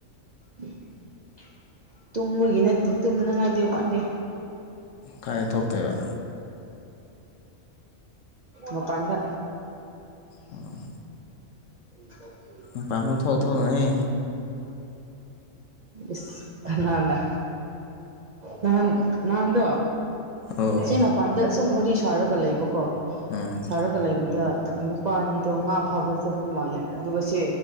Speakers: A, on the right (about 55°); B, on the left (about 70°).
A: <unintelligible> ꯇꯨꯝꯕꯒꯤ ꯅꯠꯇꯦ ꯇꯨꯝꯅꯉꯥꯏꯗꯤ ꯋꯥꯠꯂꯤ
B: ꯀꯥꯏꯅ ꯊꯣꯛꯇꯣꯏꯕ
A: ꯃꯄꯥꯟꯗ
B: ꯑꯣ
A: <unintelligible>
B: ꯃꯄꯥꯟ ꯄꯪꯊꯣꯛ ꯊꯣꯛꯅꯣꯍꯦ
A: ꯏꯁ ꯀꯅꯥꯅꯥ ꯅꯍꯥꯟ ꯅꯍꯥꯟꯗꯣ
B: ꯎꯝ
A: ꯁꯤꯃ ꯃꯄꯥꯟꯗ ꯑꯁꯨꯝ ꯋꯥꯔꯤ ꯁꯥꯔꯒ ꯂꯩꯕꯀꯣ
B: ꯎꯝ
A: ꯁꯥꯔꯒ ꯂꯩꯕꯗ ꯅꯨꯄꯥ ꯑꯅꯤꯗꯣ ꯉꯥ ꯐꯥꯕ ꯆꯠꯄ ꯃꯥꯜꯂꯦ ꯑꯗꯨꯒ ꯁꯦ